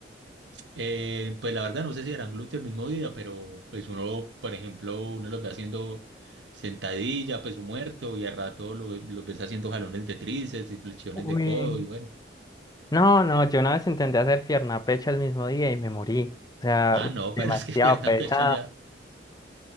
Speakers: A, on the right; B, on the left.
A: Eh, pues la verdad no sé si harán glúteo el mismo día, pero pues uno, por ejemplo, uno los ve haciendo sentadilla, peso muerto, y a rato lo- los ves haciendo jalones de tríceps y flexiones
B: Uy.
A: de codo, y bueno.
B: No, no, yo una vez intenté hacer pierna, pecho el mismo día y me morí. O sea,
A: Ah,
B: uy,
A: no, <laughs> pero
B: demasiado
A: es que pierna,
B: pesado.
A: pecho ya.